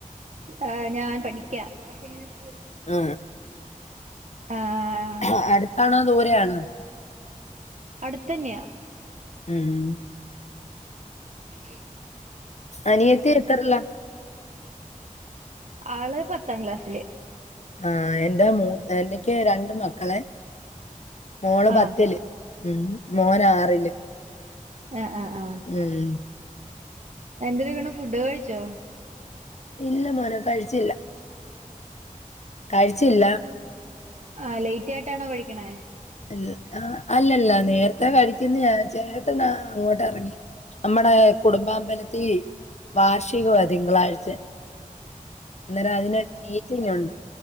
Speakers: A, on the right; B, on the left.
A: ആ ഞാൻ പഠിക്ക്യ ആ പിന്നെ <unintelligible>
B: ആ
A: ആഹ്
B: ആ അട്ത്താണോ ദൂരയാണോ
A: അട്ത്തന്നെയാ
B: ഉം
A: അ <inaudible>
B: അനിയത്തി എത്രർലാ.
A: ആള് പത്താം ക്ലാസ്സ്ല്
B: ആ എന്റെ മൂ എനിക്ക് രണ്ട് മക്കള് മോള് പത്തില്
A: ആഹ്
B: ഉം. മോന് ആറില്
A: ആ ആ ആ
B: ഉം
A: എന്ത് ചെയ്യ്ണ്. ഫുഡ് കഴിച്ചോ
B: ഇല്ല മോനെ കഴിച്ചില്ല, കഴിച്ചില്ല
A: ആ ലേറ്റ് ആയിട്ടാണോ കഴിക്ക്ണേ
B: അൽ ആ അല്ലല്ല നേര്ത്തെ കഴിക്ക്ന്നേ ചേട്ടൻ ആ അങ്ങോട്ട് എറങ്ങി നമ്മടെ കുടുംബാമ്പലത്തി വാർഷികുവാ തിങ്കളാഴ്ചെ അന്നേരം അതിനൊര് മീറ്റിങ്ങുണ്ട്